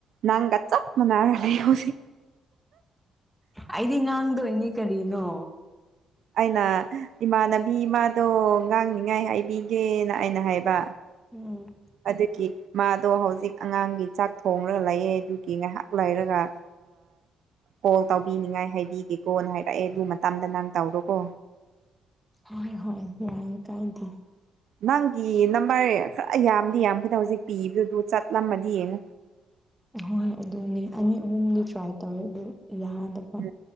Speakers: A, on the right; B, in the centre.
A: ꯅꯪꯒ ꯆꯞ ꯃꯅꯔꯥ ꯂꯩꯍꯧꯔꯤ
B: ꯑꯩꯗꯤ ꯉꯥꯡꯗꯣꯏꯅꯤ ꯀꯔꯤꯅꯣ
A: ꯑꯩꯅ ꯏꯃꯥꯟꯅꯕꯤ ꯃꯥꯗꯣ ꯉꯥꯡꯅꯤꯉꯥꯏ ꯍꯥꯏꯕꯤꯒꯦꯅ ꯑꯩꯅ ꯍꯥꯏꯕ
B: ꯎꯝ
A: ꯑꯗꯨꯒꯤ ꯃꯥꯗꯣ ꯍꯧꯖꯤꯛ ꯑꯉꯥꯡꯒꯤ ꯆꯥꯛ ꯊꯣꯡꯡꯂꯒ ꯂꯩꯑꯦ ꯑꯗꯨꯒꯤ ꯉꯥꯏꯍꯥꯛ ꯂꯩꯔꯒ ꯀꯣꯜ ꯇꯧꯕꯤꯅꯤꯡꯉꯥꯏ ꯍꯥꯏꯕꯤꯒꯦꯀꯣꯅ ꯍꯥꯏꯔꯛꯑꯦ ꯑꯗꯨ ꯃꯇꯝꯗ ꯅꯪ ꯇꯧꯔꯣꯀꯣ
B: ꯍꯣꯏ ꯍꯣꯏ ꯌꯥꯏ ꯀꯥꯏꯗꯦ
A: ꯅꯪꯒꯤ ꯅꯝꯕꯔ ꯈꯔ ꯌꯥꯝꯗꯤ ꯌꯥꯝꯒꯦꯗ ꯍꯧꯖꯤꯛ ꯄꯤꯕꯗꯨ ꯆꯠꯂꯝꯃꯗꯤ ꯌꯦꯡꯉꯨ
B: ꯍꯣꯏ ꯑꯗꯨꯅꯦ ꯑꯅꯤ ꯑꯍꯨꯝꯗꯤ ꯇ꯭ꯔꯥꯏ ꯇꯧꯋꯦ ꯑꯗꯨ ꯌꯥꯗ
A: ꯎꯝ